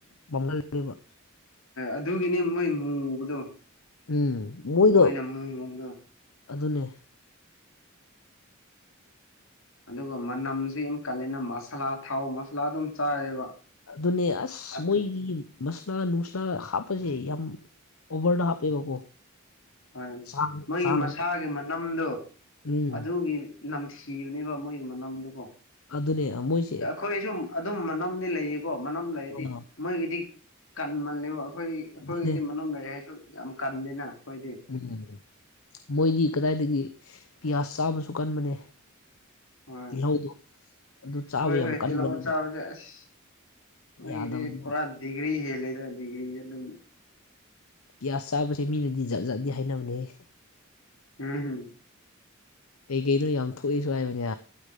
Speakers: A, on the left (about 80°); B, on the left (about 65°).
A: ꯄꯥꯝꯍꯜꯂꯅꯦꯕ
B: ꯑꯗꯨꯒꯤꯅꯤ ꯃꯣꯏ ꯃꯨꯕꯗꯣ
A: ꯎꯝ ꯃꯣꯏꯗꯣ
B: ꯃꯣꯏꯅ ꯃꯨ ꯃꯨꯕꯗꯣ
A: ꯑꯗꯨꯅꯦ
B: ꯑꯗꯨꯒ ꯃꯅꯝꯁꯤ ꯌꯥꯝ ꯀꯂꯦꯅ ꯃꯁꯥꯂꯥ ꯊꯥꯎ ꯃꯁꯥꯂꯥ ꯑꯗꯨꯝ ꯆꯥꯏꯌꯦꯕ
A: ꯑꯗꯨꯅꯦ ꯑꯁ
B: ꯑꯗꯨ
A: ꯃꯣꯏꯒꯤ ꯃꯁꯂꯥ ꯅꯨꯡꯁꯂꯥ ꯍꯥꯞꯄꯁꯦ ꯌꯥꯝ ꯑꯣꯚꯔꯗ ꯍꯥꯞꯄꯦꯕꯀꯣ
B: ꯍꯣꯏ
A: ꯆꯥꯡ
B: ꯅꯣꯏꯒꯤ
A: ꯆꯥꯡ
B: ꯃꯁꯥꯒꯤ ꯃꯅꯝꯗꯣ
A: ꯎꯝ
B: ꯑꯗꯨꯒꯤ ꯅꯝꯊꯤꯕꯅꯦꯕ ꯃꯣꯏꯒꯤ ꯃꯅꯝꯗꯨꯀꯣ
A: ꯑꯗꯨꯅꯦ ꯃꯣꯏꯁꯦ
B: ꯑꯩꯈꯣꯏ ꯁꯨꯝ ꯑꯗꯨꯝ ꯃꯅꯝꯗꯤ ꯂꯩꯌꯦꯀꯣ ꯃꯅꯝ ꯂꯩꯔꯗꯤ
A: ꯑꯥ
B: ꯃꯣꯏꯒꯤꯗꯤ ꯀꯟꯃꯜꯂꯦꯕ ꯑꯩꯈꯣꯏ ꯑꯩꯈꯣꯏꯒꯤꯗꯤ
A: ꯑꯗꯨꯅꯦ
B: ꯃꯅꯝ ꯂꯩꯌꯦ ꯍꯥꯏꯁꯨ ꯌꯥꯝ ꯀꯟꯗꯦꯅ ꯑꯩꯈꯣꯏꯗꯤ
A: ꯎꯝ ꯃꯣꯏꯒꯤ ꯀꯗꯥꯏꯗꯒꯤ ꯄꯤꯌꯥꯖ ꯆꯥꯕꯁꯨ ꯀꯟꯕꯅꯦ
B: ꯍꯣꯏ
A: ꯇꯤꯜꯍꯧꯗꯣ ꯑꯗꯨ ꯆꯥꯕ
B: ꯍꯣꯏ
A: ꯌꯥꯝ
B: ꯍꯣꯏ
A: ꯀꯟꯕꯅꯦꯕ
B: ꯇꯤꯜꯍꯧ ꯆꯥꯕꯁꯦ ꯑꯁ ꯃꯣꯏꯒꯤꯗꯤ
A: ꯌꯥꯗꯕꯅꯤꯕ
B: ꯄꯨꯔꯥ ꯗꯤꯒ꯭ꯔꯤ ꯍꯦꯜꯂꯦꯗ ꯗꯤꯒ꯭ꯔꯤ ꯑꯗꯨꯝ
A: ꯒ꯭ꯌꯥꯁ ꯆꯥꯕꯁꯦ ꯃꯤꯅꯗꯤ ꯖꯠ ꯖꯥꯠꯗꯤ ꯍꯥꯏꯅꯕꯅꯦ
B: ꯎꯝ ꯍꯨꯝ
A: ꯀꯩ ꯀꯩꯅꯣ ꯌꯥꯝ ꯊꯣꯛꯏꯁꯨ ꯍꯥꯏꯕꯅꯦ